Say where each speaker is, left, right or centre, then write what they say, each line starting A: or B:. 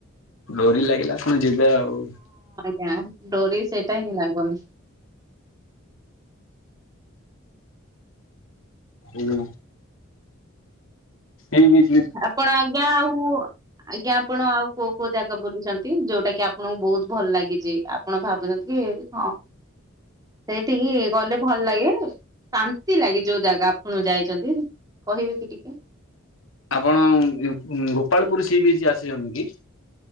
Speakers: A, on the left; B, on the right.
A: ଡୋରି ଲାଗିଲା ଫୁଣି ଯିବେ ଆଉ।
B: ଜ୍ଞା ଡୋରି ସେଇଟା ହିଁ ଲାଗୁନି।
A: ହୁଁ ଏମ୍ ବି
B: ଆପଣ ଆଜ୍ଞା ଆଉ ଆଜ୍ଞା ଆପଣ ଆଉ କୋଉ କୋଉ ଜାଗା ବୁଲିଛନ୍ତି ଯୋଉଟା କି ଆପଣଙ୍କୁ ବୋହୁତ ଭଲ ଲାଗିଛି ଆପଣ ଭାବୁଛନ୍ତି କି ହଁ ସେଇଠିକି ଗଲେ ଭଲ ଲାଗେନି ଶାନ୍ତି ଲାଗେ ଯୋଉ ଜାଗା ଆପଣ ଯାଇଛନ୍ତି କହିବେ କି ଟିକେ?
A: ଆପଣ ଉଁ ଉଁ ଉଁ ଗୋପାଳପୁରୁ ସି ବିଚ୍ ଆସିଛନ୍ତି କି?